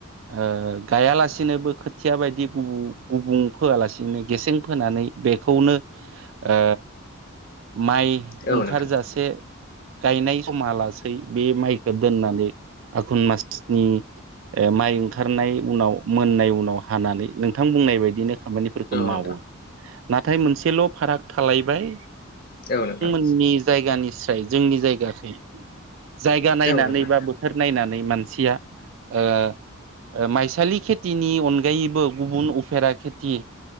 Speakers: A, on the right; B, on the left.
A: ओ गायालासिनोबो खोथिया बायदि गुब गुबुं फोआलासिनो गेसें फोनानै बेखौनो ओ माइ
B: औ
A: ओंखारजासे
B: नोंथां
A: गायनाय समा लासै बे माइखौ दोननानै आघुन मासनि माइ ओंखारनाय उनाव मोननाय उनाव हानानै नोंथां बुंनाय बायदिनो खामानिफोरखौ
B: औ
A: मावो
B: नोंथां
A: नाथाय मोनसेल' फाराग थालायबाय
B: एव नोंथां।
A: जोंनि जायगानिस्राय जोंनि जायगाखो जायगा नायनानै
B: औ नोंथां
A: बा बोथोर नायनानै नै मानसिया ओ ओ माइसालि खेथिनि अनगायैबो गुबुन उफेरा खेथि